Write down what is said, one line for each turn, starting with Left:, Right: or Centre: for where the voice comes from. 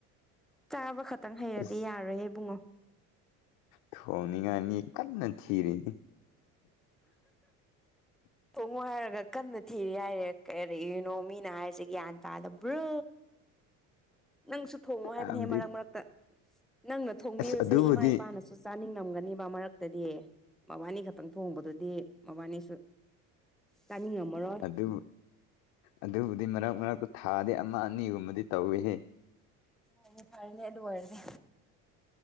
Centre: ꯆꯥꯕ ꯈꯛꯇꯪ ꯍꯩꯔꯗꯤ
Left: ꯑꯁ
Centre: ꯌꯥꯔꯣꯏꯍꯦ ꯏꯕꯨꯡꯉꯣ
Left: ꯊꯣꯡꯅꯤꯡꯉꯥꯏ ꯃꯤ ꯀꯟꯅ ꯊꯤꯔꯤꯅꯤ
Centre: ꯊꯣꯡꯉꯣ ꯍꯥꯏꯔꯒ ꯀꯟꯅ ꯊꯤꯔꯤ ꯍꯥꯏꯔꯦ ꯀꯩꯔꯤꯅꯣ ꯃꯤꯅ ꯍꯥꯏꯁꯦ ꯒ꯭ꯌꯥꯟ ꯇꯥꯗꯕ꯭ꯔꯣ ꯅꯪꯁꯨ ꯊꯣꯡꯉꯣ
Left: ꯇꯥꯕꯗꯤ
Centre: ꯍꯥꯏꯕꯅꯦꯍꯦ ꯃꯔꯛ ꯃꯔꯛꯇ ꯅꯪꯅ ꯊꯣꯡꯕꯤꯕꯁꯦ
Left: ꯑꯁ ꯑꯗꯨꯕꯨꯗꯤ
Centre: ꯏꯃꯥ ꯏꯄꯥꯅꯁꯨ ꯆꯥꯅꯤꯡꯉꯝꯒꯅꯤꯕ ꯃꯔꯛꯇꯗꯤ ꯃꯕꯥꯅꯤ ꯈꯛꯇꯪ ꯊꯣꯡꯕꯗꯨꯗꯤ ꯃꯕꯥꯅꯤꯁꯨ ꯆꯥꯅꯤꯡꯉꯝꯃꯔꯣꯏ
Left: ꯑꯗꯨ ꯑꯗꯨꯕꯨꯗꯤ ꯃꯔꯛ ꯃꯔꯛꯇ ꯊꯥꯗꯤ ꯑꯃ ꯑꯅꯤꯒꯨꯝꯕꯗꯤ ꯇꯧꯏꯍꯦ
Centre: ꯍꯣ ꯍꯣ ꯐꯔꯦꯅꯦ ꯑꯗꯨ ꯑꯣꯏꯔꯗꯤ